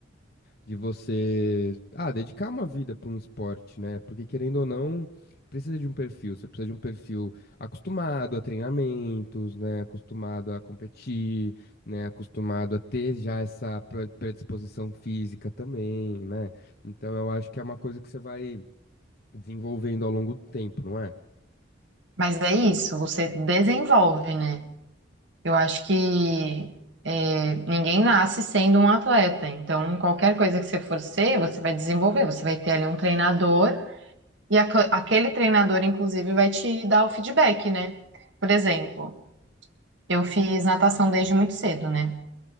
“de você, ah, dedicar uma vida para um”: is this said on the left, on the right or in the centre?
Left